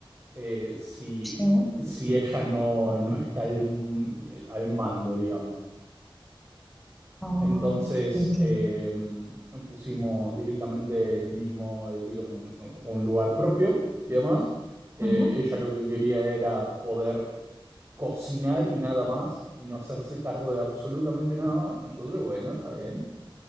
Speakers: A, on the right; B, in the centre.
A: eh, si,
B: sí.
A: si ella no, no está al, al mando, digamos.
B: Oh,
A: Entonces
B: entiendo.
A: eh, pusimos directamente el mismo, eh, digamos, un lugar propio y demás. Eh,
B: Ujú,
A: ella lo que quería era poder cocinar y nada más, y no hacerse cargo de absolutamente nada más. Entonces, bueno, está bien.